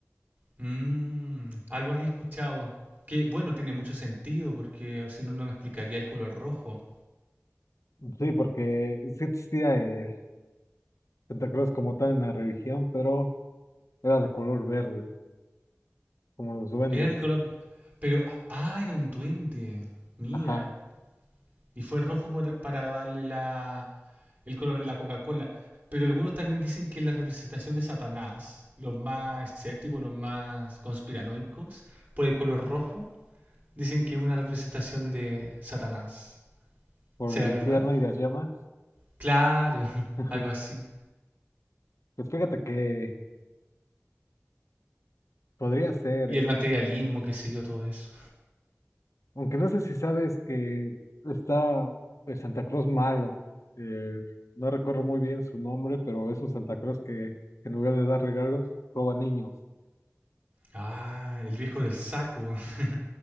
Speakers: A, on the right; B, on the left.
A: Mm, algo había escuchado. Que bueno, tiene mucho sentido porque o si no, no me explicaría el color rojo.
B: Sí, porque sí existía el Santa Cruz como tal en la religión, pero era de color verde, como los duendes.
A: Era de color... Pero... Ah, ah, era un duende. Mira.
B: Ajá,
A: Y fue rojo por- para darle la, el color de la Coca-Cola. Pero algunos también dicen que la representación de Satanás, los más escépticos, los más conspiranoicos, por el color rojo, dicen que es una representación de Satanás.
B: por
A: ¿Será
B: el infierno
A: verdad?
B: y las llamas.
A: Claro, <laughs>
B: <laughs>
A: algo así.
B: Pues fíjate que podría ser,
A: Y
B: ¿eh?
A: el materialismo, qué sé yo, todo eso.
B: Aunque no sé si sabes que está el Santa Claus malo. eh, no recuerdo muy bien su nombre, pero es un Santa Claus que, que en lugar de dar regalos, roba niños.
A: Ah, el viejo del saco. <laughs>